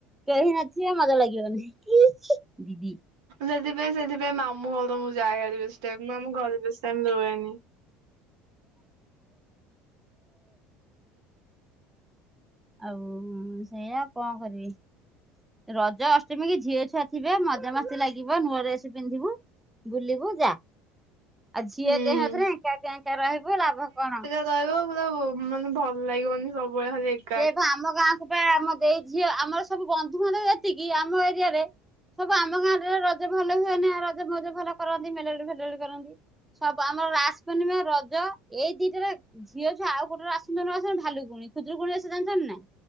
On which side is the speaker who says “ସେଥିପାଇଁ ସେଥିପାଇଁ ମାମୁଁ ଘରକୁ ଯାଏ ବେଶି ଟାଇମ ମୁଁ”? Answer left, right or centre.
Right